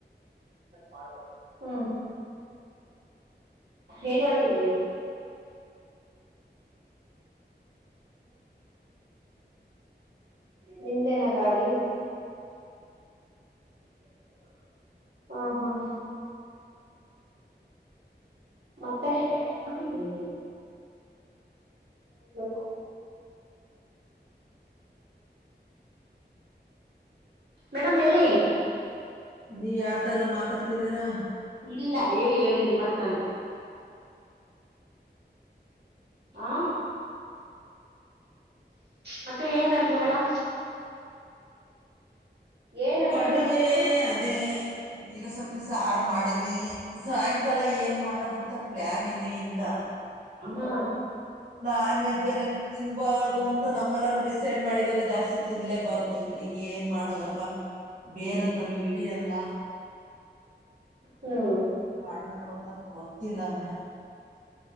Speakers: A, on the right; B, on the right.
A: ಮಾಡ ಹ್ಮ್ ಏನ್ ಮಾಡಡ್ತಿದ್್ರಿ ನಿಮೇನ ಗಾಡಿ ಹಾ ಹಾ ಹಾ ಮತ್ತೆಗ ಹೇಳ್ಬೇಕು ಹ ಮೇಡಮ್ ಹೇಳಿ
B: ನೀವ ಯಾರ್ ತಗಲ್ಲ ಮಾತಾಡ್ತಿದ್ದೀರಾ
A: ಇಲ್ಲ ಹೇಳಿ ಹೇಳಿ ನಿಮ್ಮ ಹತ್ರಾನೇ ಆ ಮತ್ತೆ ಏನ್ ಅಡ್ಗೆ ಮೇಡಮ್ ಏನ್ ಅಡ್ಗೆ
B: ಅಡುಿಗೆ
A: ಮೇಡಮ್ ನಿಮ್ದು
B: ಅದೇ ಈಗ ಸ್ವಪ್ಪ ಸಾರು ಮಾಡಿದಿ ಸಾಯಂಕಾಲ ಏನ್ ಮಾಡೋದಂತ ಪ್ಲಾನ್ ಏನ್ನುೂ ಇಲ್ಲ
A: ಹಂಗ
B: ನಾನ್ ವೆಜ್ ಬೇರಕ್ ತಿನ್ಬಾರ್ದು ಅಂತ ನಮ್ಮನರು ಡಿಸೈಡ್ ಮಾಡಿದಿದ್ದಾರೆ ಜಾಸ್ತಿ ತಿನ್ಲೇಬಾರ್ದು ಅ ಮತ್ತ ಏನ್ ಮಾಡದಪ್ಪಾ ಬೇರದ್ ನಮಗ್ ಇಿಡಿಯಲ್ಲ
A: ಹ್ಮ್
B: ಏನ್ ಮಾಡ್ಬೇಕು ಅಂತ ಗೊತ್ತಿಲ್ಲ ಮೇಡಮ್